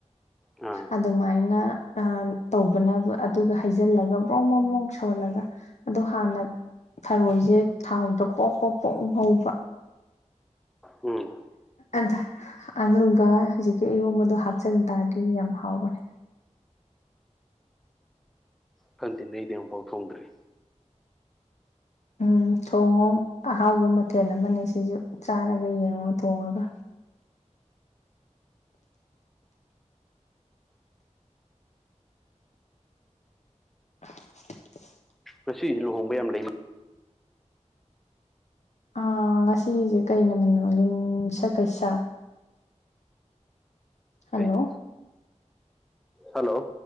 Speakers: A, in the centre; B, on the left (about 65°).
A: ꯎꯝ
B: ꯑꯗꯨꯃꯥꯏꯅ ꯇꯧꯕꯅ ꯑꯗꯨꯒ ꯍꯩꯖꯤꯜꯂꯒ ꯕ꯭ꯔꯣ ꯃꯣ ꯃ꯭ꯔꯣꯛ ꯁꯣꯍꯜꯂꯒ ꯑꯗꯣ ꯍꯥꯟꯅ ꯊꯔꯣꯏꯁꯦ ꯊꯥꯎꯗ ꯄꯣꯛ ꯄꯣꯛ ꯄꯣꯛ ꯍꯧꯕ
A: ꯎꯝ
B: ꯑꯗ ꯑꯅꯜꯒ ꯍꯧꯖꯤꯛꯀꯤ ꯏꯔꯣꯝꯕꯗꯣ ꯍꯥꯞꯆꯤꯟ ꯇꯥꯔꯗꯤ ꯌꯥꯝ ꯍꯥꯎꯕꯅꯦ
A: ꯈꯪꯗꯦ ꯑꯩꯗꯤ ꯑꯃꯨꯛꯐꯥꯎ ꯊꯣꯡꯗ꯭ꯔꯤ
B: ꯎꯝ ꯊꯣꯡꯉꯣ ꯑꯍꯥꯎꯕ ꯃꯊꯦꯜ ꯑꯃꯅꯦ ꯁꯤꯁꯨ ꯆꯥꯔꯒ ꯌꯦꯡꯉꯣ ꯊꯣꯡꯉꯒ <unintelligible>
A: ꯃꯁꯤ ꯂꯨꯍꯣꯡꯕ ꯌꯥꯝ ꯂꯩꯕ
B: ꯑ ꯉꯁꯤꯁꯦ ꯀꯩ ꯅꯨꯃꯤꯡꯅꯣ ꯌꯨꯝꯁ ꯀꯩꯁꯥ ꯍꯜꯂꯣ
A: ꯀꯩꯅꯣ ꯍꯜꯂꯣ